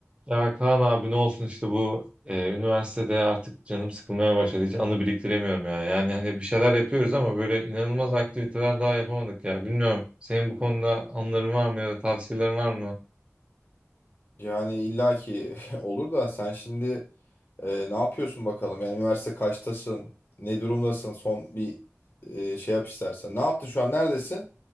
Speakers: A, on the right; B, on the left.
A: Ya Kaan abi ne olsun işte bu e, üniversitede artık canım sıkılmaya başladı. Hiç anı biriktiremiyorum ya. Yani hani bir şeyler yapıyoruz ama böyle inanılmaz aktiviteler daha yapamadık ya. Bilmiyorum senin bu konuda anıların var mı ya da tavsiyelerin var mı?
B: Yani illaki <laughs> olur da sen şimdi e, ne yapıyorsun bakalım? Yani üniversite kaçtasın? Ne durumdasın? Son bir e, şey yap istersen. Ne yaptın şu an? Neredesin?